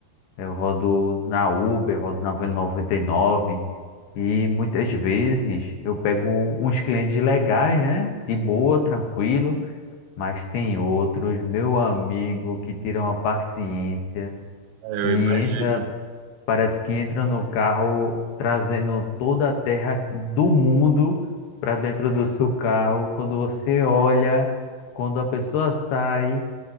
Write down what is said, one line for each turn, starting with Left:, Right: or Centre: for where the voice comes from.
Left: Eu rodo na Uber, rodo na V99 e nove e muitas vezes eu pego uns clientes legais, né? De boa, tranquilo, mas tem outros, meu amigo, que tiram a paciência,
Right: Ah, Eu
Left: que entra,
Right: imagino.
Left: parece que entra no carro trazendo toda a terra do mundo para dentro do seu carro. Quando você olha, quando a pessoa sai,